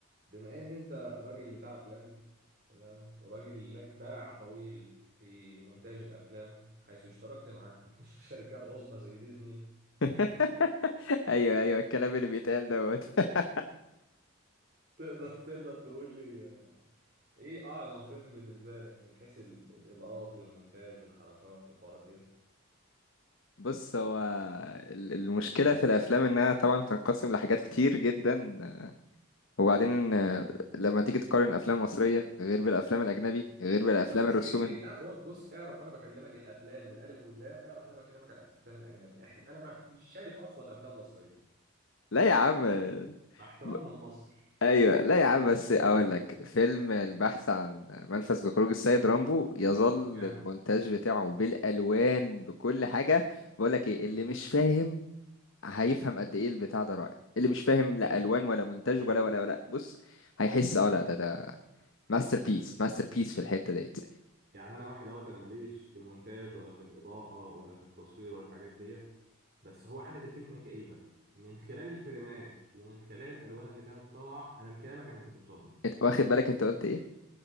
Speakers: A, on the right; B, on the left.
A: بما ان انت راجل بتاع افلام تمام وراجل لك باع طويل في مونتاج الافلام حيث اشتركت مع <laughs> شركات عظمى زي ديزني
B: <laughs> ايوه ايوه الكلام اللي بيتقال دوت <laughs>
A: تقدر تقدر تقول لي آه، ايه اعظم فيلم بالنسبه لك من حيث ال- الاضاءات والمونتاج والحركات والحوارات ديت
B: بص هو ال- المشكله في الافلام انها طبعا بتنقسم لحاجات كتير جدا وبعدين آه، لما تيجي تقارن الافلام المصريه غير بالافلام الاجنبي غير
A: لا
B: بالافلام
A: افلام مصريه
B: الرسوم
A: ايه
B: ال-
A: آه، بص اعرف وانا بكلمك الافلام بالالف واللام اعرف ان انا بكلمك على الافلام الاجنبي احنا انا ما- <laughs> مش شايف اصلا افلام مصريه
B: لا يا عم آه،
A: مع احترامنا
B: ب-
A: لمصر
B: ايوه لا يا عم بس
A: ده
B: اقول
A: ده
B: لك
A: ده بص
B: فيلم البحث عن منفذ لخروج السيد رامبو يظل
A: جامد
B: المونتاج بتاعه بالالوان بكل حاجه بقول لك ايه
A: مم.
B: اللي مش فاهم هيفهم قد ايه البتاع ده رائع اللي مش فاهم لا الوان ولا مونتاج
A: جامد
B: ولا ولا ولا بص هيحس اه لا ده ده ماستر بيس ماستر بيس في الحته ديت
A: يعني انا واحد اهوت انا ماليش في المونتاج ولا في الاضاءه ولا في التصوير ولا الحاجات ديت بس هو حاله الفيلم كئيبه من خلال الفريمات ومن خلال الالوان اللي كانت طالعه انا الكآبه كانت بتوصلني
B: فانت واخد بالك انت قلت ايه